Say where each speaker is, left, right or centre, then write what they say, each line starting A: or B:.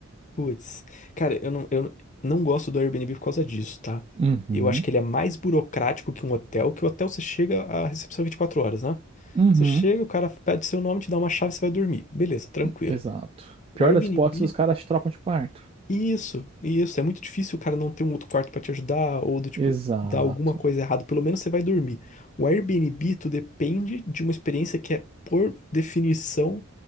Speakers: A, on the left (about 35°); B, on the right (about 25°).
A: Putz, cara, eu não, eu não gosto do Airbnb por causa disso, tá?
B: Uhum,
A: Eu acho que ele é mais burocrático que um hotel, que o hotel você chega à recepção 24 horas, né?
B: uhum,
A: Você chega, o cara pede seu nome, te dá uma chave, você vai dormir. Beleza, tranquilo.
B: exato. Pior
A: O Airbnb,
B: das hipóteses, os caras trocam de quarto.
A: isso, isso. É muito difícil o cara não ter um outro quarto pra te ajudar, ou do tipo,
B: Exato.
A: dar alguma coisa errada. Pelo menos você vai dormir. O Airbnb, tu depende de uma experiência que é, por definição,